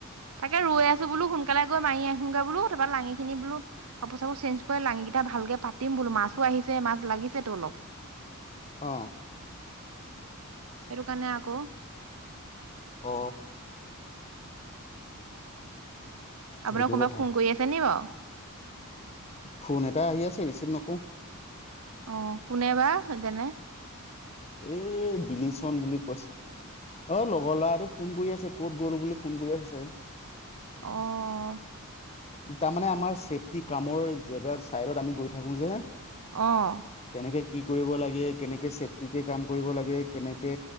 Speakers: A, on the right; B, on the left.
A: তাকে ৰৈ আছো বোলো সোনকালে গৈ মাৰি আহো গগৈ বোল তাৰপ পৰা লাঙিিনি বলো কাপোৰ চাপোৰ চেঞ্জ লা ভালকে পাতিম বোলো মাছো আহিছে মাছ লাগিছে অলপ।
B: অ
A: কাৰণে আকৌ
B: অ
A: আপোনাৰ
B: সেইটো
A: কোনোবাক
B: কথা
A: ফোন কৰি আছে নি বাৰু
B: ফোন এটা আহি আছে ৰিচিভ নকো
A: অ' কোনে বা সতেনে
B: এ বিলি চন বুলি কৈছে অ লগৰ ল'ৰাটো ফোন কৰি আছে ক'ত গ'লো বুলি ফোন কৰি আছে
A: অ'
B: তাৰমানে আমাৰ চছেফটি কামৰ জেগাত চাইডত আমি গৈ থাকো যে
A: আহ
B: কেনেকে কি কৰিব লাগে কেনেকে চেফটিকে কাম কৰিব লাগে কেনেকে